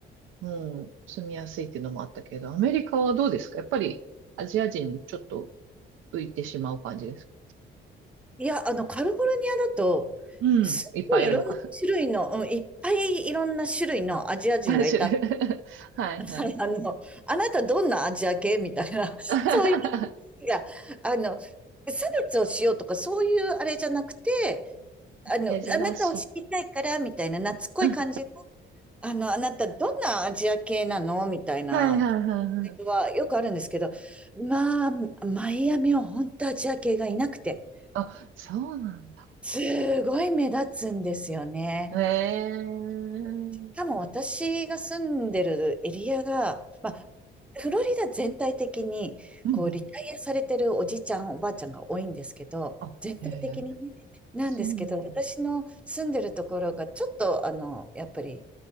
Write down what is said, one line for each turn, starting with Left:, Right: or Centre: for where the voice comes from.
Right: うん、住みやすいっていうのもあったけど、アメリカはどうですかやっぱりアジア人ちょっと浮いてしまう感じですか
Centre: いや、あの、カリフォルニアだと、
Right: うん、
Centre: すっごいいろんな種類の、
Right: いっぱいいるのか。
Centre: うん、いっぱいいろんな種類のアジア人がいたん
Right: <laughs> 3種類。<laughs> はいはい。
Centre: です <laughs> あの、あなたどんなアジア系みたいな、そういう
Right: <laughs>
Centre: いや、あの、差別をしようとか、そういうあれじゃなくて、あの、
Right: うん、珍しい。
Centre: あなたを知りたいから、みたいな、懐っこい感じ。
Right: うん、は
Centre: あの、あなた、どんなアジア系なのみたいな、
Right: いはいはいはい。
Centre: はよくあるんですけど、まあ、マイアミは本当アジア系がいなくて、
Right: あ、そうなんだ。
Centre: すごい目立つんですよね。
Right: へえ。うん、うん、
Centre: 多分私が住んでるエリアが、まあ、フロリダ全体的に、
Right: うん。
Centre: こう、リタイアされてるおじいちゃん、おばあちゃんが多いんですけど、
Right: あ、
Centre: 全体的にね、
Right: へえ、
Centre: なんですけど、
Right: そうなんだ。
Centre: 私の住んでるところが、ちょっと、あの、やっぱり、